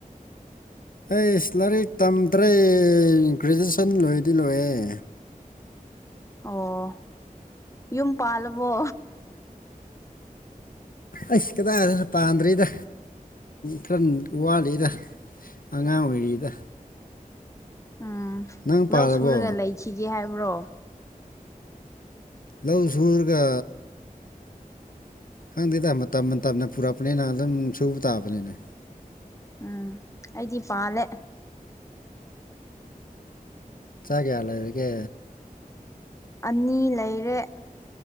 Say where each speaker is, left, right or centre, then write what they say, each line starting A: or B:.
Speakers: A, on the left (about 70°); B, on the left (about 20°).
A: ꯑꯩ ꯂꯥꯏꯔꯤꯛ ꯇꯝꯗ꯭ꯔꯦ ꯒ꯭ꯔꯦꯖꯨꯑꯦꯁꯟ ꯂꯣꯏꯗꯤ ꯂꯣꯏꯑꯦ
B: ꯑꯣ ꯌꯨꯝ ꯄꯥꯜꯂꯕꯣ
A: ꯑꯩꯁ ꯀꯗꯥꯏꯗꯅ ꯄꯥꯟꯗ꯭ꯔꯤꯗ ꯈꯔ ꯋꯥꯠꯂꯤꯗ ꯑꯉꯥꯡ ꯑꯣꯏꯔꯤꯗ
B: ꯎꯝ
A: ꯅꯪ
B: ꯂꯧ
A: ꯄꯥꯜꯂꯕꯣ
B: ꯁꯨꯔꯒ ꯂꯩꯈꯤꯒꯦ ꯍꯥꯏꯕ꯭ꯔꯣ
A: ꯂꯧ ꯁꯔꯒ ꯈꯪꯇꯦꯇꯥ ꯃꯇꯝ ꯃꯇꯝꯅ ꯄꯨꯔꯛꯄꯅꯤꯅ ꯑꯗꯨꯝ ꯁꯨꯕ ꯇꯥꯕꯅꯦ
B: ꯎꯝ ꯑꯩꯗꯤ ꯄꯥꯂꯦ
A: ꯆꯒꯦꯌꯥꯂ ꯏꯒ
B: ꯑꯅꯤ ꯂꯩꯔꯦ